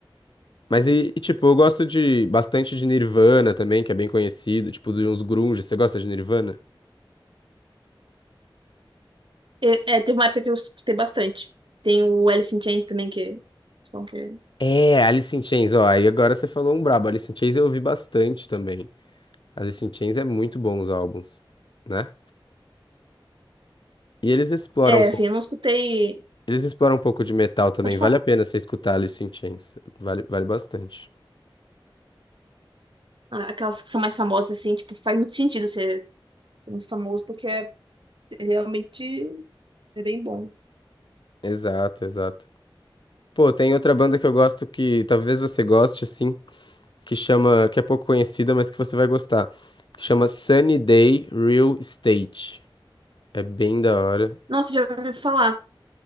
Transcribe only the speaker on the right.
É, é, teve uma época que eu escutei bastante. Tem o Alice in Chains também, que... é bom que-
É,
É,
assim, eu não escutei...
Pode falar.
Ah, Aquelas que são mais famosas, assim, tipo, faz muito sentido ser, ser muito famoso, porque é, é realmente é bem bom.
Nossa, já ouvi falar.